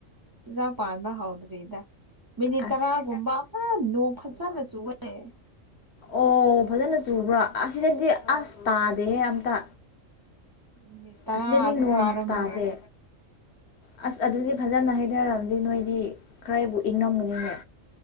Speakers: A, on the right; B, on the left.
A: ꯆꯨꯖꯥꯛ ꯄꯥꯟꯕ ꯍꯧꯗ꯭ꯔꯤꯗ ꯃꯤꯅꯤꯠ
B: ꯑꯁ
A: ꯇꯔꯥꯒꯨꯝꯕ ꯄꯨꯔ ꯅꯣꯡ ꯐꯖꯅ ꯁꯃꯦ
B: ꯑꯣ ꯐꯖꯅ ꯆꯨꯕ꯭ꯔꯣ ꯑꯁꯤꯗꯗꯤ ꯑꯁ ꯇꯥꯗꯦꯍꯦ ꯑꯝꯇ
A: ꯃꯤꯅꯤꯠ ꯇꯔꯥꯁꯨ
B: ꯑꯁꯤꯗꯗꯤ ꯅꯣꯡ
A: ꯐꯥꯔꯃꯔꯣꯏ
B: ꯇꯥꯗꯦ ꯑꯁ ꯑꯗꯨꯗꯤ ꯐꯖꯅ ꯍꯥꯏꯊꯔꯑꯕꯗꯤ ꯅꯣꯏꯗꯤ ꯈꯔꯕꯨ ꯏꯪꯉꯝꯒꯅꯤꯅꯦ